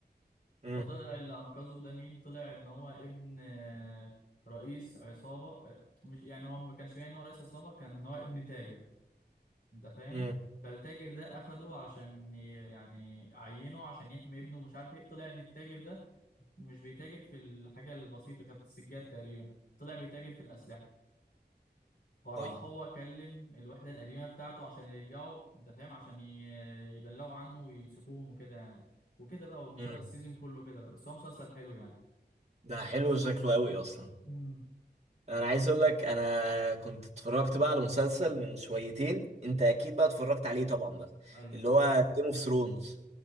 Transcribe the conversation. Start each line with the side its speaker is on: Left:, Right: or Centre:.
Right: امم
Left: فطلع اللي انقذه ده مين طلع ان هو ابن آه، رئيس عصابة آه، مش يعني هو ما كانش باين ان هو رئيس عصابة كان ان هو ابن تاجر انت فاهم
Right: امم
Left: فالتاجر ده اخده عشان ي- يعني عينه عشان يحمي ابنه ومش عارف ايه طلع ان التاجر ده مش بيتاجر في الحاجة البسيطة كانت السجاد تقريبا طلع بيتاجر في الأسلحة فراح
Right: طيب
Left: هو كلم الوحدة القديمة بتاعته عشان يرجعوا انت فاهم عشان ي- يبلغوا عنه ويمسكوهم وكده يعني وكده بقى والمسا-
Right: امم
Left: السيزون كله كده بقى بس هو مسلسل حلو يعني
Right: ده حلو شكله قوي اصلا
Left: مم.
Right: انا عايز اقول لك انا كنت اتفرجت بقى على مسلسل من شويتين انت اكيد بقى اتفرجت عليه طبعا بقى
Left: ايوه
Right: اللي هو جيم اوف ثرونز